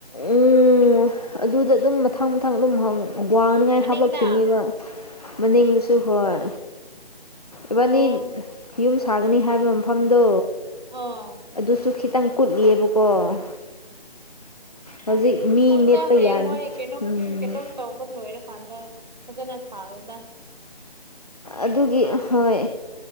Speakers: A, on the left; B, on the right.
A: ꯎꯝꯝꯝ ꯑꯗꯨꯗ ꯑꯗꯨꯝ ꯃꯊꯪ ꯃꯊꯪ ꯑꯗꯨꯝ ꯍꯪꯎ ꯋꯥꯡꯅꯉꯥꯏ
B: ꯃꯅꯤꯡꯗ
A: ꯍꯥꯞꯂꯛꯈꯤꯅꯤꯗꯣ ꯃꯅꯤꯡꯗꯨꯁꯨ ꯍꯣꯏ ꯏꯕꯥꯅꯤ
B: ꯑꯣ
A: ꯌꯨꯝ ꯁꯥꯒꯅꯤ ꯍꯥꯏꯕ ꯃꯐꯝꯗꯣ
B: ꯑꯥ
A: ꯑꯗꯨꯁꯨ ꯈꯤꯇꯪ ꯀꯨꯠꯂꯤꯌꯦꯕꯀꯣ ꯍꯧꯖꯤꯛ ꯃꯤ
B: ꯍꯣꯏꯗꯥ
A: ꯅꯦꯠꯄ
B: ꯍꯌꯦꯡꯋꯥꯏ
A: ꯌꯥꯟ
B: ꯀꯩꯅꯣꯝ
A: ꯎꯝ
B: ꯀꯩꯅꯣꯝ ꯇꯧꯕ ꯂꯣꯏꯔꯀꯥꯟꯗꯥ ꯐꯖꯅ ꯁꯥꯔꯣ ꯏ <inaudible>
A: ꯑꯗꯨꯒꯤ ꯍꯣꯏ